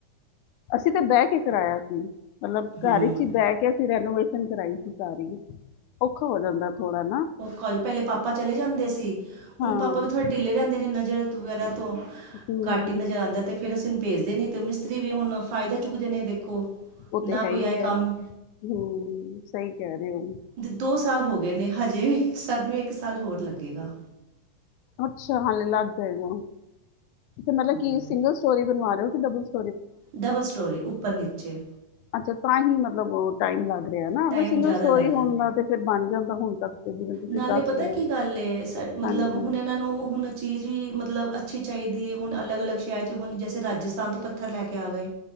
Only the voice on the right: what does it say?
ਹੂੰ
ਹੋਰ ਪਹਿਲੇ ਪਾਪਾ ਚਲੇ ਜਾਂਦੇ ਸੀ। ਹੁਣ
ਪਾਪਾ
ਵੀ ਥੋੜੇ ਢਿੱਲੇ ਰਹਿੰਦੇ ਨੇ ਨਜ਼ਰ। ਵਗੈਰਾ ਤੋਂ
ਕੱਟ ਹੀ ਨਜ਼ਰ
ਆਉਂਦਾ ਤੇ ਫੇਰ ਅਸੀਂ ਹੁਣ ਭੇਜਦੇ ਨੀ ਤੇ ਮਿਸਤਰੀ। ਵੀ ਹੁਣ ਫਾਇਦਾ ਚੁੱਕਦੇ ਨੇ ਦੇਖੋ।
ਨਾ
ਕੋਈ
ਆਏ
ਕੰਮ
ਦੋ ਸਾਲ ਹੋ ਗਏ ਨੇ। ਹਜੇ ਵੀ ਸਾਨੂੰ ਇੱਕ ਸਾਲ ਹੋਰ ਲੱਗੇਗਾ।
ਹਮ
ਡਬਲ ਸਟੋਰੀ ਉਪਰ- ਨੀਚੇ।
ਟਾਈਮ
ਜ਼ਿਆਦਾ
ਲੱਗ ਜਾਂਦਾ
ਨਾਲੇ
ਪਤਾ
ਕੀ ਗੱਲ ਏ ਸ ਸਮਤਲਬ
ਹੁਣ ਇਹਨਾਂ ਨੂੰ ਹੁਣ ਚੀਜ਼ ਵੀ ਮਤਲਬ। ਅੱਛੀ ਚਾਹੀਦੀ ਹੁਣ ਅਲਗ- ਅਲੱਗ ਸ਼ਹਿਰ ਚ ਹੁਣ ਜੈਸੇ ਰਾਜਸਥਾਨ ਤੋਂ ਪੱਥਰ ਲੈ ਕੇ ਆ ਗਏ।